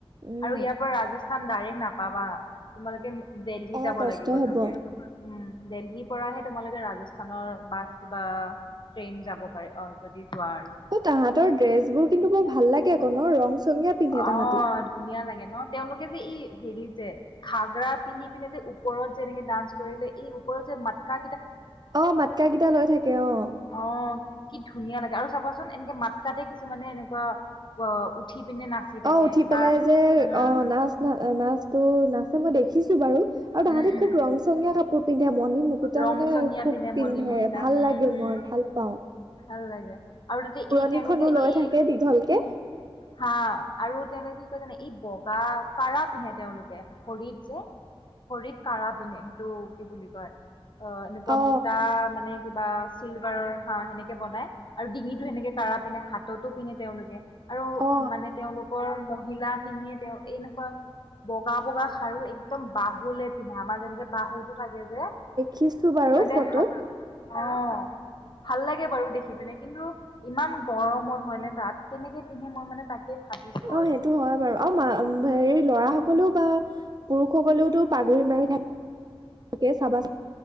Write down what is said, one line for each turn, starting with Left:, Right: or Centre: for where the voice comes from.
Right: উম
Left: আৰু ইয়াৰ পৰা ৰাজাস ডাইৰেক নাপাবা তোমালোকে দিল্লি
Right: অ
Left: যাব
Right: কষ্ট
Left: লাগিব
Right: হব
Left: চাগে, উম। দিল্লী পৰাহে তোমালোকে ৰাজস্থানৰ বাছ বা ট্ৰেইন যাব পাৰে অ, যদি যোৱা আৰু
Right: অঁ, তাহঁতৰ ড্ৰেছবোৰ কিন্তু বৰ ভাল লাগে আকৌ ন ৰং চঙীয়া পিন্ধে
Left: অঁ,
Right: তাহাঁতি
Left: ধুনীয়া লাগে ন তেওঁলোকে যে ই হেৰি যে ঘাগৰা পিন্ধি পিনে যে ওপৰত যে এনেকে ডান্স কৰিলে এই ওপৰত যে মাতকা
Right: অঁ, মাতকা ঘিটা লৈ থাকে অঁ।
Left: অ, কি ধুনীয়া লাগে আৰু চাবাচোন এনেকে মাতকাতে কিছুমানে এনেকুৱা অ, উঠি পিনে নাচি থাকে
Right: অঁ', উঠি
Left: বা
Right: পেলাই যে
Left: উম,
Right: অ, নাচ না নাচোটো নাচে মই দেখিছো বাৰু, আৰু তাহাঁতি
Left: উম, উম,
Right: খুব ৰং চঙীয়া কাপোৰ <unintelligible> মণি মুকুটা
Left: ৰং
Right: মানে
Left: চঙীয়া
Right: খুব
Left: পিনে মণি
Right: পিন্ধে
Left: মুকুতা
Right: ভাল
Left: হম,
Right: লাগে
Left: হম,
Right: মই ভাল পাওঁ।
Left: ভাল লাগে। আৰু তাতে
Right: পুৰণিখনো
Left: এই তেওঁলোকে
Right: লৈ
Left: এই,
Right: থাকে দীঘলকে
Left: হা আৰু তেওঁলোকে <unintelligible> জানা এই বগা ক়াৰা পিন্ধে তেওঁলোকে ভৰিত যে ভৰিত ক়াৰা পিন্ধে সেইটো কি বুলি কয় অঁ, এনেকুৱা
Right: অ
Left: মোটা মানে কিবা চিলভাৰৰ হাঁহ সেনেকে বনাই, আৰু ডিঙিতটো সেনেকে ক়াৰা পিন্ধে, হাততো পিন্ধে তেওঁলোকে। আৰু
Right: অ
Left: মানে তেওঁলোক অঁ মহিলা খিনিয়ে তেওঁ এনেকুৱা বগা বগা খাৰু একদম বাহুলে পিন্ধে। আমাৰ যেনেকে বাহুটোত লাগে যে
Right: খিছো
Left: সিহঁতে
Right: বাৰু ফটোত
Left: হাত অ' ভাল লাগে বাৰু দেখি পিনে কিন্তু ইমান গৰমত হয় নে তাত কেনেকে পিন্ধে মই মানে তাকে ভাবিছো
Right: অ'
Left: আৰু
Right: সেইটো হয় বাৰু আৰু মা হেৰি লৰা সকলেও বা পুৰুষসকলেওতো পাগুৰি মাৰি থাকে চাবাচোন